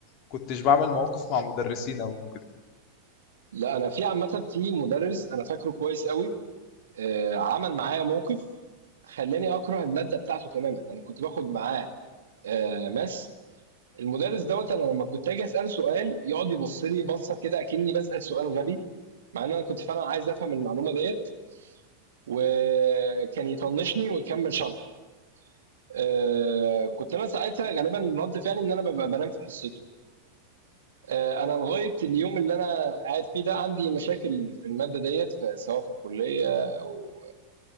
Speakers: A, on the left; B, on the right.
A: كنتش بعمل مواقف مع مدرسين او كده
B: لا انا في عامه في مدرس انا فاكره كويس قوي أه عمل معايا موقف خلاني اكره الماده بتاعته تماما انا كنت باخد معاه آه ماس المدرس دوّة أنا لمّا كنت آجي أسأله سؤال يقعد يبُص لي بَصّة كده أكنّي باسأل سؤال غبي، مع إن أنا كنت فعلًا عايز أفهم المعلومة ديّة، وكان يطنّشني ويكمّل شرح. آآ كنت أنا ساعتها غالبًا رَد فعلي إن أنا بابقى بانام في حصته. آآ أنا لغاية اليوم اللي أنا قاعد فيه ده عندي مشاكل في المادة ديّة، ف سواء في الكلية أو